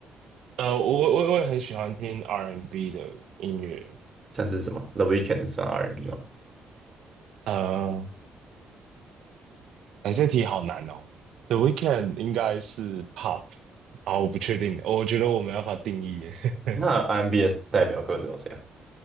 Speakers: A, on the right; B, on the right.
A: 呃，我我我也很喜欢听 R&B N 的音乐。
B: 像是什么 The Weeknd 算 R&B n 吗？
A: 呃，哎，这题好难哦。The Weeknd e 应该是 pop 啊，我不确定，我觉得我没办法定义耶。<laughs>
B: 那 R&B n 的代表歌手有谁啊？